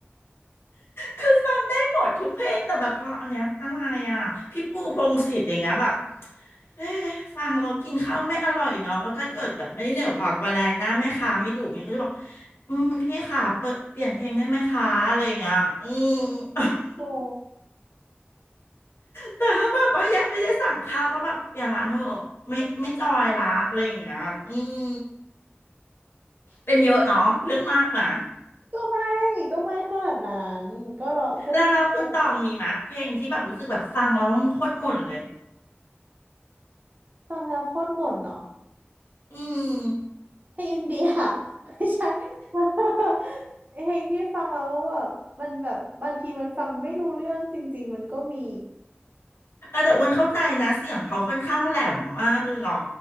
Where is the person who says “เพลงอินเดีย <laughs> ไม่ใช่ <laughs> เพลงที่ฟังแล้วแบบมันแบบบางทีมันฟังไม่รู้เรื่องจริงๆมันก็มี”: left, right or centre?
Right